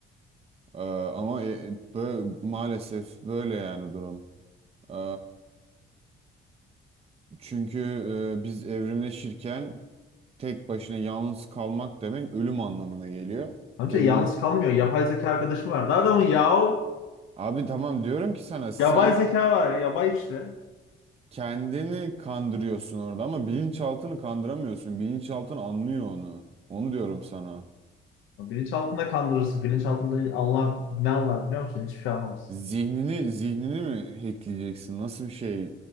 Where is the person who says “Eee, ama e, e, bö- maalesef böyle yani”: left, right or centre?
Right